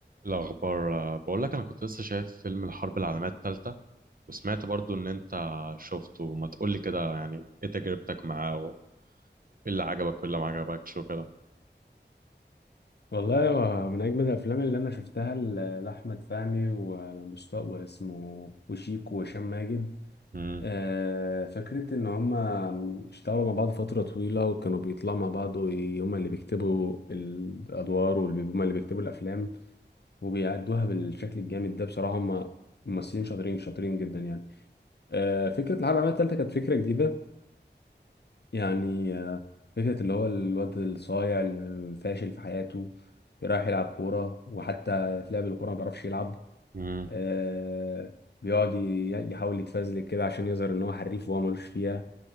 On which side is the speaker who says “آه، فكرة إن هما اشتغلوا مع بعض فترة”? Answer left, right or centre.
Left